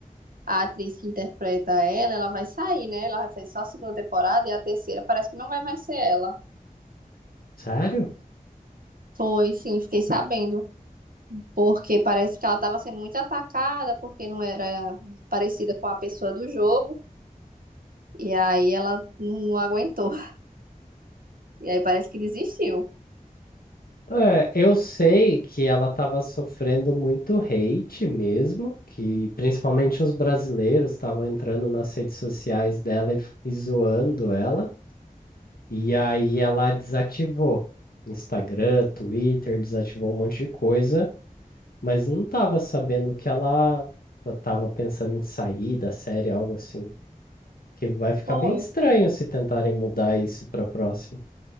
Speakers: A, on the right (about 75°); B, on the left (about 85°).
A: a atriz que interpreta ela, ela vai sair, né? Ela vai fazer só a segunda temporada e a terceira parece que não vai mais ser ela.
B: Sério?
A: Foi, sim, fiquei sabendo. Porque parece que ela estava sendo muito atacada, porque não era parecida com a pessoa do jogo. E aí ela não, não aguentou. E aí parece que desistiu.
B: É, eu sei que ela estava sofrendo muito hate mesmo, que principalmente os brasileiros estavam entrando nas redes sociais dela e f- e zoando ela. E aí ela desativou Instagram, Twitter, desativou um monte de coisa, mas não tava sabendo que ela t- tava pensando em sair da série, algo assim. Que vai ficar
A: Foi.
B: bem estranho se tentarem mudar isso pra próxima.